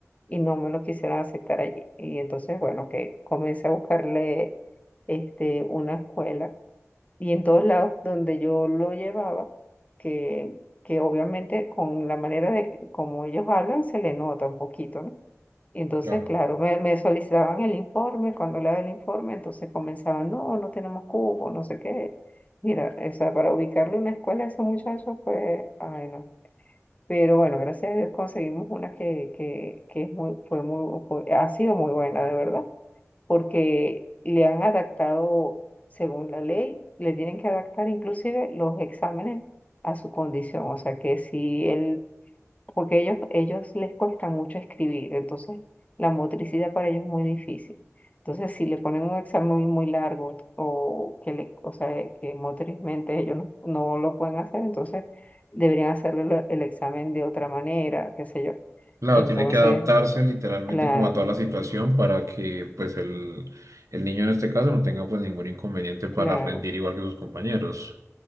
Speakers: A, on the left; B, on the right.
A: Y no me lo quisieron aceptar allí. Y entonces, bueno, que comencé a buscarle este, una escuela y en todos lados donde yo lo llevaba, que, que obviamente con la manera de que- como ellos hablan se le nota un poquito, ¿no? Y entonces,
B: Claro.
A: claro, me, me solicitaban el informe, cuando le daban el informe, entonces comenzaban, no, no tenemos cupo, no sé qué. Mira, o sea, para ubicarle una escuela a ese muchacho fue, ay, no. Pero bueno, gracias a Dios conseguimos una que, que, que es muy, fue muy, fue- ha sido muy buena, de verdad porque le han adaptado, según la ley, le tienen que adaptar inclusive los exámenes a su condición. O sea que si él, porque ellos, ellos les cuesta mucho escribir, entonces la motricidad para ellos es muy difícil. Entonces, si le ponen un examen muy largo o que le, o sea, que motrizmente ellos no, no lo pueden hacer, entonces deberían hacerle lo- el examen de otra manera, qué sé yo.
B: Claro,
A: Entonces,
B: tienen que adaptarse literalmente
A: claro,
B: como a toda la situación para que pues el, el niño en este caso no tenga pues ningún inconveniente para
A: claro.
B: rendir igual que sus compañeros.